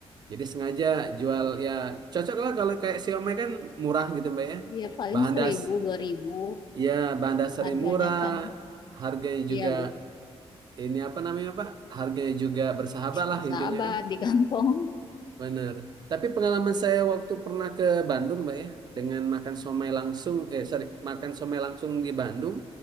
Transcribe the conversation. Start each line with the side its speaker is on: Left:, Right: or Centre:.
Right: Jadi sengaja jual ya cocok lah kalau kayak siomay kan murah gitu Mbak ya.
Left: Iya, paling
Right: Bahan
Left: seribu,
Right: das
Left: dua ribu
Right: Ya, bahan dasarnya
Left: harganya
Right: murah,
Left: kan.
Right: harganya
Left: Iya,
Right: juga ini apa namanya Pak? Harganya juga bersahabat lah
Left: bersahabat
Right: intinya kan,
Left: di kantong
Right: benar. Tapi pengalaman saya waktu pernah ke Bandung, Mbak ya, dengan makan somai langsung, eh sorry, makan somai langsung di Bandung